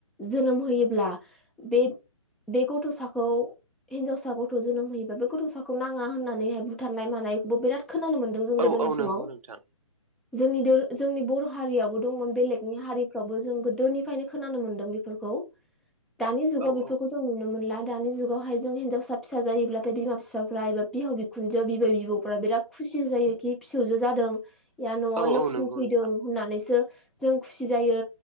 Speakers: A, in the centre; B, on the right (about 85°).
A: जोनोम होयोब्ला बे बे गथ'साखौ हिनजावसा गथ' जोनोम होयोा बे गथ'साखौ नांङा होननानैहाय भुटाननाय मानायखौबो बिराद खोनानो मोन्दों जों
B: औ
A: गोदोनि
B: औ
A: समाव
B: नंगौ नोंथां
A: जोंनि जोंनि बर' हारियो दंमोन बेलेगनि हारिफ्रावबो जों गोदोनिफ्रायनो खोनानो मोनदों बेफोरखौ दानि जुगाव
B: औ
A: बेफोरखौ
B: औ
A: जों नुनो मोनला दानि जुगावहाय जों हिनजावसा फि जायोब्लाथाय बिमा बिफाफ्रा एबा बिहाव बिखुनजो बिबै बिबौफ्रा बिराद खुसि खुसि जायोखि फिसौजो जादों न'आव
B: औ
A: लक्ष्मि
B: औ नंगौ
A: फैदों
B: नोंथां
A: होननानैसो जों खुसि जायो